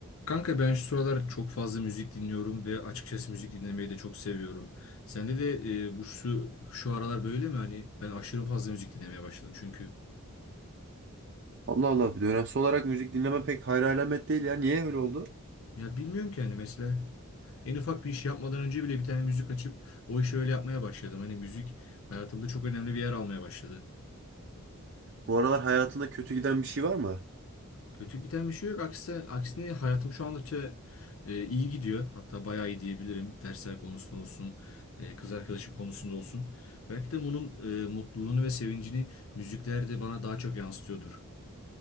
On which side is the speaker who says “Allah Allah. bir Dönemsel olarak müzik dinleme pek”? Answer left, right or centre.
Right